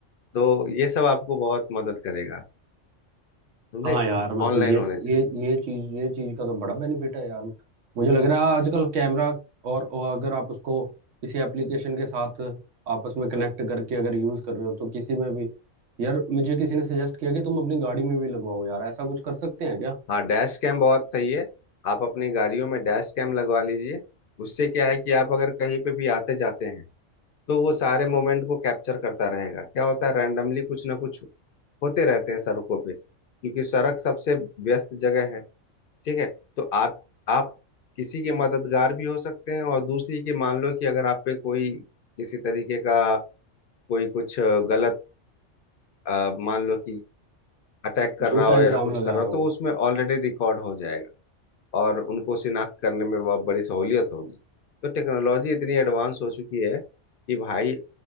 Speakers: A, on the left; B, on the right.
A: तो ये सब आपको बहुत मदद करेगा समझे
B: हाँ यार मतलब
A: ऑनलाइन
B: ये
A: होने से
B: ये ये चीज ये चीज का तो बड़ा बेनिफिट है यार मुझे लग रहा है आजकल कैमरा और, और अगर आप उसको किसी एप्लीकेशन के साथ आपस में कनेक्ट करके अगर यूज कर रहे हो तो किसी में भी यार मुझे किसी ने सजेस्ट किया कि तुम अपनी गाड़ी में भी लगवाओ यार ऐसा कुछ कर सकते हैं क्या
A: हाँ डैश कैम बहुत सही है आप अपनी गाड़ियों में डैश कैम लगवा लीजिए उससे क्या है कि आप अगर कहीं पे भी आते जाते हैं तो वो सारे मोमेंट को कैप्चर करता रहेगा क्या होता है रैंडमली कुछ ना कुछ होते रहते हैं सड़कों पे क्योंकि सड़क सबसे व्यस्त जगह है ठीक है तो आप आप किसी के मददगार भी हो सकते हैं और दूसरी के मान लो कि अगर आप पे कोई किसी तरीके का कोई कुछ गलत अ, मान लो कि अटैक कर
B: झूठा
A: रहा हो या
B: इल्जाम
A: कुछ
B: लगा
A: कर रहा
B: रहा
A: हो
B: हूँ।
A: तो उसमें ऑलरेडी रिकॉर्ड हो जाएगा और उनको शिनाख्त करने में बहुत बड़ी सहूलियत होगी तो टेक्नोलॉजी इतनी एडवांस हो चुकी है कि भाई